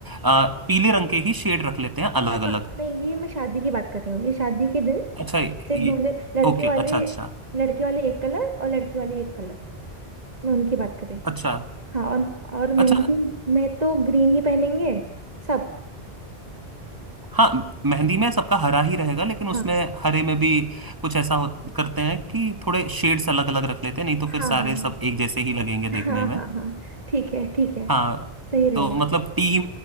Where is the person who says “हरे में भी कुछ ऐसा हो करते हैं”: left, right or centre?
Right